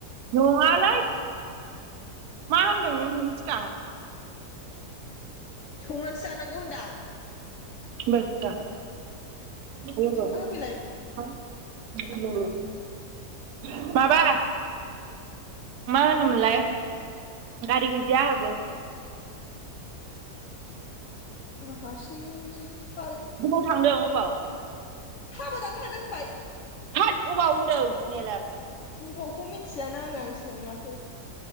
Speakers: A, on the right; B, on the left.
A: नङालै मा होनदों नों बिनि सिगां
B: संनानैसो जानांगौ होनदां
A: बेस्रा <unintelligible>
B: संना होफैलाय
A: माबा मा होनोमोनलाय गारि गैजाया आहाबो
B: आं हारसिं नो
A: अबाव थांदों अबाव
B: हाबा जानो थांदों होनबाय
A: थोद अबाव होनदों मेलार
B: बबावखौ मिथियाना आङो आं सोङासै